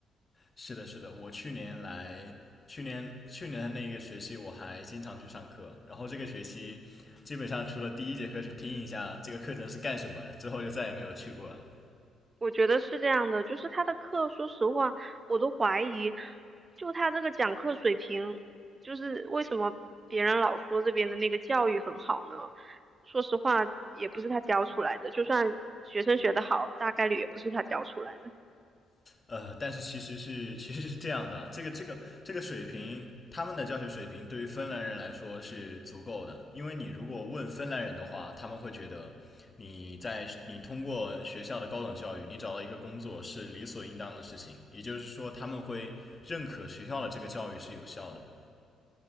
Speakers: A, on the left; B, on the right.
A: 是的，是的，我去年来，去年去年的那个学期我还经常去上课，然后这个学期基本上除了第一节课去听一下这个课程是干什么，之后就再也没有去过了。
B: 我觉得是这样的，就是他的课，说实话，我都怀疑，就他这个讲课水平，就是为什么别人老说这边的那个教育很好呢？说实话，也不是他教出来的，就算学生学得好，大概率也不是他教出来的。
A: 呃，但是其实是其实是这样的啊这个这个这个水平，他们的教学水平对于芬兰人来说是足够的，因为你如果问芬兰人的话，他们会觉得你在你通过学校的高等教育，你找到一个工作是理所应当的事情，也就是说他们会认可学校的这个教育是有效的。